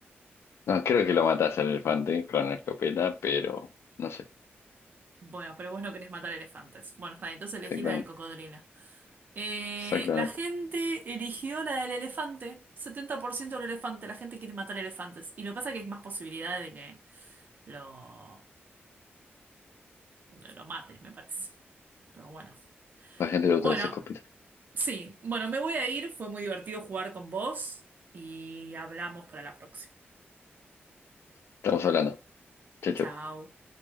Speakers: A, on the left; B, on the right.
A: No, creo que lo matas al elefante con una escopeta, pero no sé
B: Bueno, pero vos no querés matar elefantes. Bueno, está bien, entonces elegís
A: exactamente.
B: la del cocodrilo. Eh,
A: Exactamente.
B: la gente eligió la del elefante. setenta por ciento del elefante. La gente quiere matar elefantes. Y lo que pasa es que hay más posibilidad de que lo, de lo mates, me parece. Pero bueno.
A: A la gente le gustan
B: Bueno,
A: las escopetas.
B: sí. Bueno, me voy a ir. Fue muy divertido jugar con vos. Y hablamos para la próxima.
A: Estamos hablando. Chao, chao.
B: Chao.